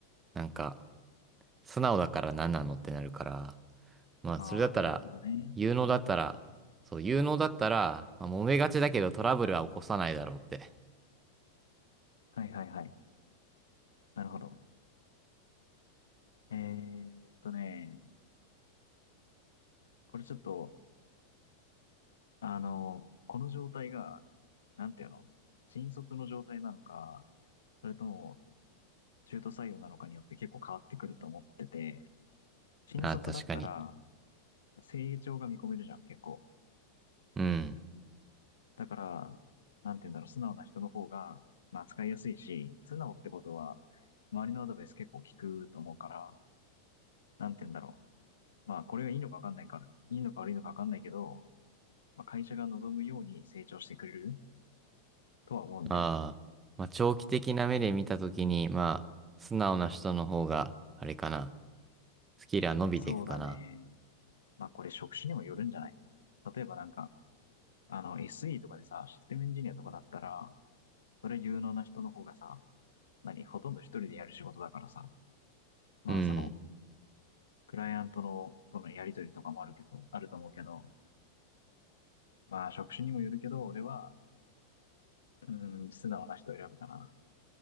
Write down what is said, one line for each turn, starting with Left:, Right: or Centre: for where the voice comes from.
Right: なんか、素直だから何なのってなるから、まあ、
Left: あー、
Right: それだったら、
Left: なるほどね。
Right: 有能だったら、そう、有能だったら、まあ、揉めがちだけどトラブルは起こさないだろうって。
Left: はいはいはい。なるほど。えーっとね、これちょっとあの、この状態が、なんていうの新卒の状態なのか、それとも中途採用なのかによって結構変わってくると思ってて、新卒だったら
Right: なあ、確かに。
Left: 成長が見込めるじゃん、結構。
Right: うん。
Left: だから、なんていうんだろう、素直な人の方が、まあ使いやすいし、素直ってことは、周りのアドバイス結構聞くと思うから、なんていうんだろう。まあこれがいいのかわかんないから、いいのか悪いのかわかんないけど、まあ会社が望むように成長してくれるとは思うんだよね。
Right: ああ、まあ、長期的な目で見たときに、まあ、素直な人の方が、あれかな。スキルは伸びていくかな。
Left: そうだね。まあこれ職種にもよるんじゃない例えばなんか、あの SE とかでさ、システムエンジニアとかだったら、それ有能な人の方がさ、何、ほとんど一人でやる仕事だからさ、まあその、
Right: うん、
Left: クライアントの、とのやりとりとかもあるけど、あると思うけど、まあ職種にもよるけど、俺は、うーん、素直な人を選ぶかな。